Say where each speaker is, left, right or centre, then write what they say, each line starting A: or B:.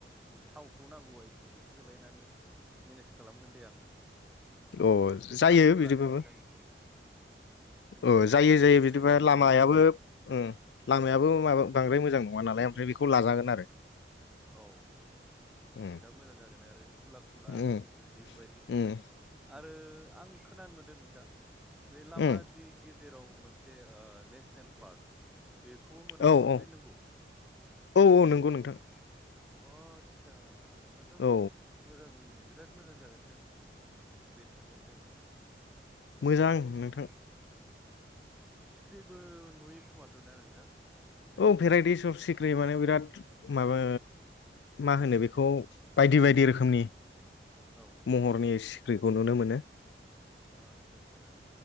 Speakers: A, in the centre; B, on the left (about 75°).
A: थावखौ नांगौबा एसे एसे सोलायनानै मेनेज खालामगोन दे आङो।
B: अ
A: बे
B: जायो
A: थारखौनो
B: बिदिबाबो।
A: लादो नोंथांनिखौ एसे
B: औ जायो जायो
A: बेरायनानै
B: बिदिबा लामायाबो
A: फैनोसै
B: उम लामायाबो माबा बांद्राय मोजां नङानाल ओफ्राय बेखौ लाजागोन आरो
A: औ।
B: उम
A: बिराद मोजां जागोन आरो खुला खुला
B: उम
A: जिब बायदि थांनो
B: उम
A: आरो आं खोनानो मोन्दों नोंथां बे लामा
B: उम
A: दि गेजेराव मोनसे नेसनेल पार्क बेखौबो मोनलाङो
B: औ औ
A: बे नोंगौ?
B: औ औ नंगौ नोंथां
A: अ <inaudible> होमबाथ'
B: औ
A: खुब मोजां बिराद मोजां जागोन जों बे थांगोन जायगायाव। ओं
B: मोजां नोंथां।
A: सिख्रिबो नुयो खोमा <unintelligible> नोंथां बे जायगायाव
B: औ भेराइटि सब सिख्रि माने बिराद माबा मा होनो बेखौ बायदि बायदि रोखोमनि
A: औ
B: महरनि सिख्रिखौ नुनो मोनो।
A: अ आतसा आतसा